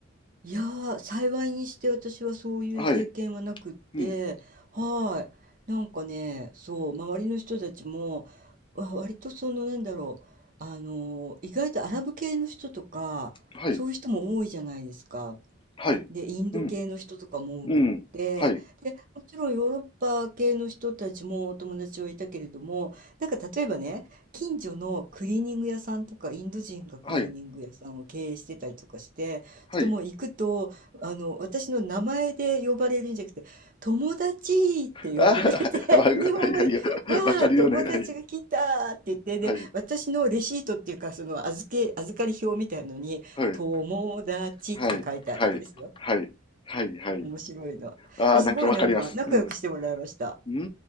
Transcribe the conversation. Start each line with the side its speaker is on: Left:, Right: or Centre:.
Right: いやー、幸いにして私はそういう経験はなくって、
Left: はい。うん。
Right: はい。なんかね、そう、周りの人たちも、わ割とその、なんだろう、あの、意外とアラブ系の人とか、
Left: はい。
Right: そういう人も多いじゃないですか。
Left: はい。
Right: で、インド系の人とかも多くって、
Left: うん。うん。はい。
Right: で、もちろんヨーロッパ系の人たちもお友達はいたけれども、なんか例えばね、近所のクリーニング屋さんとか、インド人がクリーニング屋さんを経営してたりとかして、
Left: はい。はい。
Right: 人もう行くと、あの、私の名前で呼ばれるんじゃなくて、友達って呼んでくれて、
Left: あ
Right: <laughs>
Left: あ、はい。
Right: 日本語で、
Left: はい。はいはい。
Right: わあ、
Left: わかるよね。
Right: 友達が来たって言って、
Left: はい。
Right: で、
Left: はい。
Right: 私のレシートっていうか、その預け、預かり表みたいのに、
Left: はい。
Right: 友達って書いてあるんですよ。
Left: はい。はい。はい。はい。はい。
Right: 面白いな。
Left: ああ、
Right: えすごいなんか仲良くしてもらいました。
Left: なんかわかります。うん。うー